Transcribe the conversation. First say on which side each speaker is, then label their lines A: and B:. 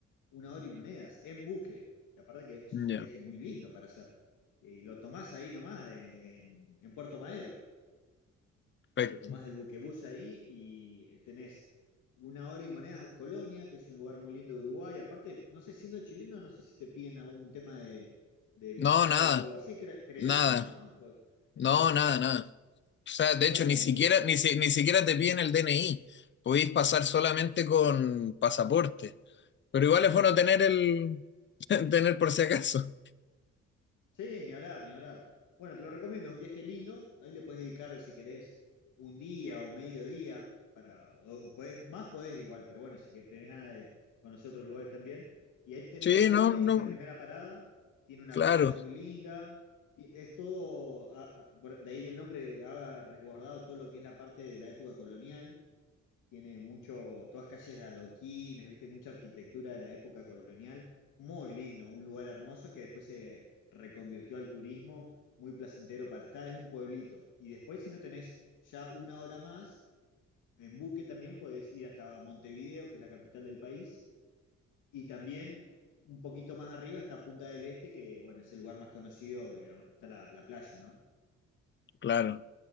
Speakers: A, on the left (about 80°); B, on the left (about 40°).
A: una hora y monedas, en buque, y aparte que es
B: Ya.
A: un viaje muy lindo para hacer, y lo tomás ahí nomás, eh, en en Puerto Madero
B: Perfecto.
A: te tomás el buquebús ahí y eh, tenés una hora y monedas a Colonia, que es un lugar muy lindo de Uruguay. Aparte, no sé, siendo chileno, no sé si te piden algún tema de, de visado
B: No, nada,
A: o algo así. Cre- creería
B: nada.
A: que no, ¿no? Porque En
B: No,
A: Uruguay
B: nada,
A: no.
B: nada. O sea, de
A: Bueno,
B: hecho,
A: ahí
B: ni
A: es
B: siquiera,
A: lindo.
B: ni, si- ni siquiera te piden el DNI. Podéis pasar solamente con pasaporte. Pero igual es bueno
A: Claro.
B: tener el, <laughs> tener por si acaso.
A: Sí, ni hablar, ni hablar. Bueno, te lo recomiendo, es un viaje lindo. Ahí le puedes dedicar, si querés, un día o medio día. Para, o- o podés- más podés igual, pero bueno, si que tenés ganas de conocer otros lugares también. Y ahí tenés
B: Sí,
A: Colonia,
B: no, no,
A: que es la primera parada. Tiene una
B: claro,
A: playa muy linda. Y es todo, a- a- por- de ahí el nombre ha resguardado todo lo que es la parte de la época colonial tiene mucho, todas calles de adoquines, viste, mucha arquitectura de la época colonial, muy lindo, un lugar hermoso que después se reconvirtió al turismo, muy placentero para estar, es un pueblito. Y después, si no tenés ya una hora más, en buque también podés ir hasta Montevideo, que es la capital del país, y también un poquito más arriba está Punta del Este, que bueno, es el lugar más conocido, que digamos, está la, la playa, ¿no?
B: claro.